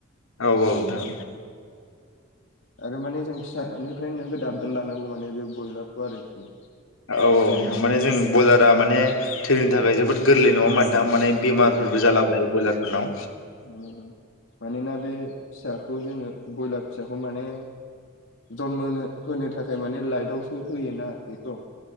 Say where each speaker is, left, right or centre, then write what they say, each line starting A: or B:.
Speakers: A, on the left; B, on the left.
A: औ - औ नोंथां।
B: आरो माने जों फिसानिफ्राय नोगोद आबदार लानांगौ माने बे बयलारखौ आरोखि।
A: औ - औ नोंथां माने जों बयलारा माने थैनि थाखाय जोबोद गोरलै नङामोन नोंथां माने बेमारफोरबो
B: औ - औ ओम
A: जालाबायो बयलारफोरनाव
B: - ओम मानोना बे फिसाखौ जोङो बयलार फिसाखौ माने जनमोनो होनो थाखाय माने लाइटआवसो होयोना बेखौ